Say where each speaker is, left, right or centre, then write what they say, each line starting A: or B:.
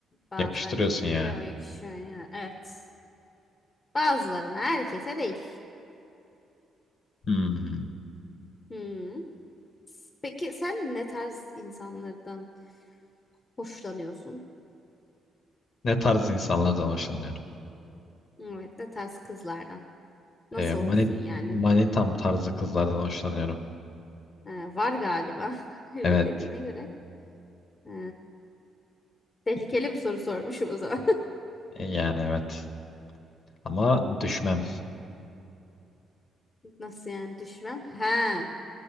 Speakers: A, on the left; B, on the left.
A: Bazı
B: Yakıştırıyorsun
A: erkeklere
B: yani.
A: o yakışıyor yani. Evet. Bazılarına, herkese değil.
B: Hmm.
A: Hmm. Peki sen ne tarz insanlardan hoşlanıyorsun?
B: Ne tarz insanlardan hoşlanıyorum?
A: Evet, ne tarz kızlardan? Nasıl
B: E, mani,
A: olsun yani?
B: manitam tarzı kızlardan hoşlanıyorum.
A: Ha, var galiba. <laughs> Öyle
B: Evet.
A: dediğine göre. Ha, tehlikeli bir soru sormuşum o zaman.
B: E, Yani evet. Ama düşmem.
A: <laughs> Nasıl yani düşman? Ha,